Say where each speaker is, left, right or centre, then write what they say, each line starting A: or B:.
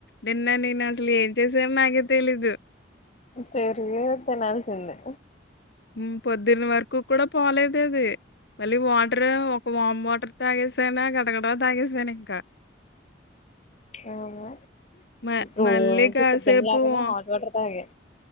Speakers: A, on the left; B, on the left.
A: నిన్న నేను అసలేం చేసా న్ నాకే తెలిదు.
B: పెరుగు తినాల్సింది.
A: మ్ పొద్దున వరకు కూడా పోలేదేది. మళ్ళీ వాటర్. ఒక వామ్ వాటర్ తాగేసానా గడగడ తాగేసా నింక
B: అవునా.
A: మ
B: రోజు
A: మళ్ళీ కాసేపు
B: పొద్దున లేవగానే
A: వా
B: హాట్ వాటర్ తాగే